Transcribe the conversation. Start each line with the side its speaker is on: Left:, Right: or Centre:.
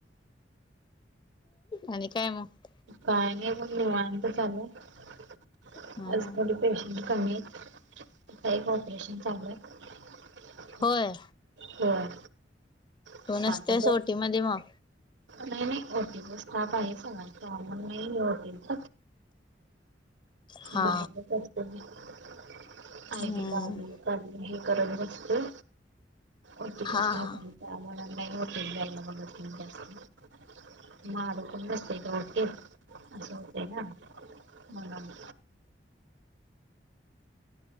Left: आणि काय मग
Right: काय नाही मग निवांत चालु आहे
Left: हम्म
Right: आज थोडी पेशंट कमी आहेत आता एक ऑपरेशन चालू आहे
Left: होय
Right: होय मग
Left: तू नसत्यास
Right: आता बघ
Left: ओटी मध्ये मग
Right: नाही, नाही ओटीचा स्टाफ आहेच ह सामन नाहीय ओटीच
Left: हा
Right: बाहेर <unintelligible> आ
Left: हम्म
Right: <unintelligible> हे करत नसते ओटीच्या
Left: हा
Right: स्थापम
Left: हा
Right: नाही ओटी द्यायला बघत जातेस मग आता बसते काय उठते असं होतय ना म्हणून